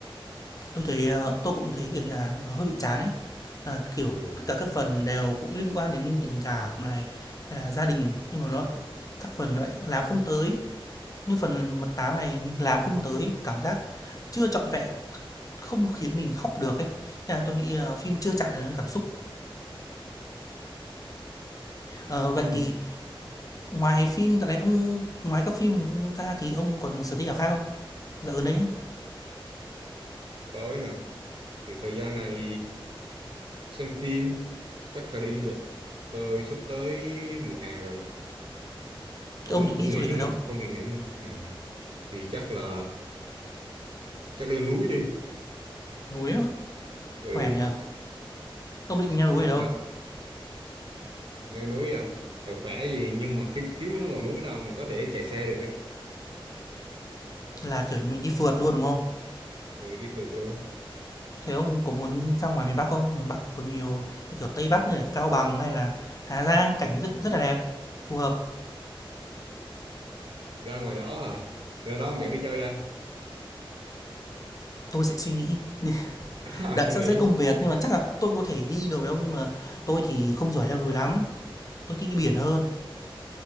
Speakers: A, on the left (about 40°); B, on the right (about 60°).
A: Tôi thấy, ờ, tôi cũng thấy, kiểu như là, nó hơi bị chán ấy. Ờ, kiểu,
B: ừ.
A: tất cả các phần đều cũng liên quan đến tình cảm này, hay là gia đình, nhưng mà nó lại các phần nó lại làm không tới. Như phần mật tám này làm không tới, cảm giác chưa trọn vẹn, không khiến mình khóc được ấy. Thế là tôi nghĩ là phim chưa chạm đến cảm xúc. Ờ, vậy
B: ừ.
A: thì ngoài phim tại này ông ngoài các phim ra thì ông còn sở thích nào khác không? Dạo gần đấy,
B: tối à thì thời gian này xem phim chắc là đi du lịch tôi sắp tới mùa hè rồi cũng
A: ông định
B: cũng
A: đi du
B: nghỉ
A: lịch ở
B: mà
A: đâu?
B: công việc nghỉ mà. Ừ. thì chắc là chắc leo núi đi
A: Núi á?
B: ừ
A: Khỏe nhỉ? Thế ông định leo núi
B: thật
A: ở đâu?
B: ra leo núi à rồi khỏe gì nhưng mà kiếm kiếm cái ngọn núi nào mà có thể chạy xe được ấy
A: Là, kiểu như, mình đi phượt luôn, đúng không?
B: ừ đi phượt luôn
A: Thế ông có muốn ra ngoài miền Bắc không? Miền Bắc có nhiều như kiểu Tây Bắc như là Cao Bằng hay là Hà Giang cảnh rất rất là đẹp, phù hợp.
B: ra ngoài đó à ra đó ông dẫn đi chơi à,
A: Tôi sẽ suy nghĩ <laughs>
B: <laughs> à
A: đã
B: suy
A: sắp
B: nghĩ
A: xếp công việc nhưng mà chắc là tôi có thể đi được với ông nhưng mà tôi thì không giỏi leo núi lắm. Tôi thích đi biển hơn.